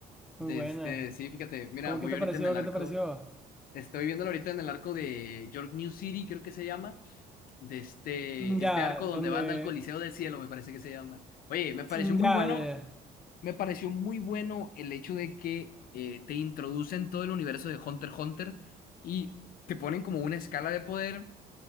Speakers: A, on the left (about 60°); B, in the centre.
A: De
B: muy buena.
A: este, sí, fíjate, mira,
B: ¿Cómo
A: voy
B: qué te
A: ahorita
B: pareció?
A: en el
B: ¿Qué
A: arco.
B: te pareció?
A: Estoy viéndolo ahorita en el arco de York New City, creo que se llama. de este,
B: Mm, Ya,
A: este arco donde
B: donde...
A: van al Coliseo del Cielo, me parece que se llama. Oye, me pareció
B: mm,
A: muy
B: Ya,
A: bueno,
B: ya, ya.
A: me pareció muy bueno el hecho de que eh, te introducen todo el universo de Hunter x Hunter y te ponen como una escala de poder,